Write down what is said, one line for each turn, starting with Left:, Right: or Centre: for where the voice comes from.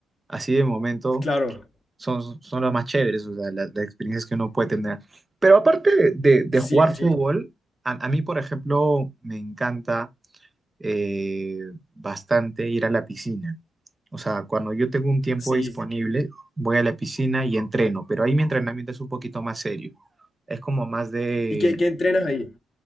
Right: así de momento
Left: Claro,
Right: son, son los más chéveres, o sea, la- las, experiencias que uno puede tener. Pero aparte de, de
Left: cien
Right: jugar
Left: por ciento,
Right: fútbol, a, a mí, por ejemplo, me encanta eh, bastante ir a la piscina. O sea, cuando yo tengo un tiempo
Left: Sí,
Right: disponible, voy a la piscina y entreno, pero ahí mi entrenamiento es un poquito más serio. Es como más de
Left: ¿Y qué, qué entrenas ahí?